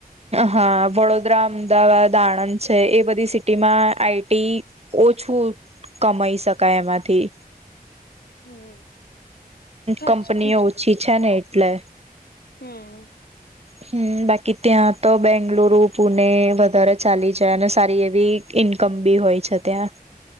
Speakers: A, on the right; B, on the left.
A: હા વડોદરા, અમદાવાદ, આણંદ છે એ બધી સિટીમાં આઈ ટી ઓછું કમાઈ શકાય એમાંથી.
B: હમ્મ, સાચી
A: કંપનીઓ
B: કીધુ.
A: ઓછી છે ને એટલે
B: હમ્મ.
A: હમ્મ, બાકી ત્યાં તો બેંગલુરુ, પુણે વધારે ચાલી જ છે અને સારી એવી ઇન્કમ બી હોય છે ત્યાં.